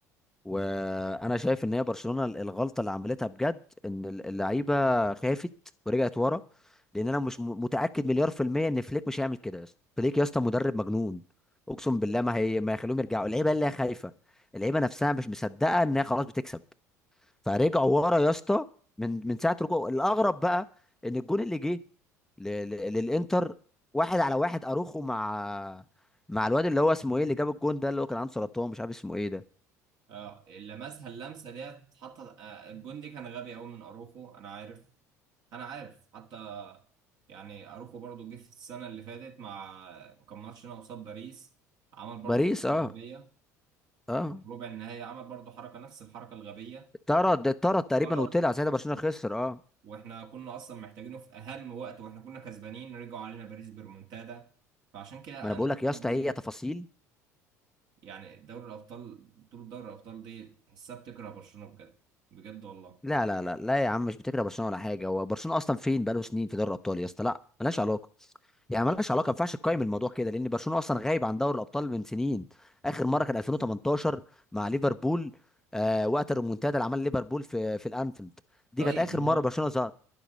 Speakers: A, in the centre; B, on the right (about 55°).
A: وانا شايف ان هي برشلونه الغلطه اللي عملتها بجد ان اللعيبه خافت ورجعت ورا لان انا مش م- متاكد مليار في الميه ان فليك مش هيعمل كده يا اسطى فليك يا اسطى مدرب مجنون اقسم بالله ما هي ما يخلوهم يرجعوا اللعيبه اللي هي خايفه اللعيبه نفسها مش مصدقه ان هي خلاص بتكسب فرجعوا ورا يا اسطى من من ساعه رجوع الاغرب بقى ان الجون اللي جه ل- ل- للانتر واحد على واحد اروخو مع مع الواد اللي هو اسمه ايه اللي جاب الجون ده اللي هو كان عنده سرطان مش عارف اسمه ايه ده
B: اه لمسها اللمسه ديت اتحط آه، الجون دي كان غبي قوي من اروخو انا عارف انا عارف حتى يعني اروخو برضو جه في السنه اللي فاتت مع كان ماتش هنا قصاد باريس عمل برضو
A: باريس
B: حركه
A: اه
B: غبيه
A: اه
B: في ربع النهائي عمل برضو حركه نفس الحركه الغبيه
A: طرد اتطرد تقريبا
B: طرد
A: وطلع ساعتها برشلونه خسر اه
B: واحنا كنا اصلا محتاجينه في اهم وقت واحنا كنا كسبانين رجعوا علينا باريس بريمونتادا فعشان كده
A: ما انا
B: انا
A: بقول لك يا
B: انا
A: اسطى
B: بقول
A: هي
B: لك
A: تفاصيل
B: يعني دوري الابطال بطوله دوري الابطال دي تحسها بتكره برشلونه بجد بجد والله
A: لا لا لا لا يا عم مش بتكره برشلونه ولا حاجه هو برشلونه اصلا فين بقاله سنين في دوري الابطال يا اسطى لا ملهاش علاقه يعني ملهاش علاقه ما ينفعش تقيم الموضوع كده لان برشلونه اصلا غايب عن دوري الابطال من سنين اخر مره كان 2018 مع ليفربول آه وقت الريمونتادا اللي عملها ليفربول في في الانفيلد دي
B: طيب
A: كانت اخر
B: ما
A: مره
B: هو
A: برشلونه ظهر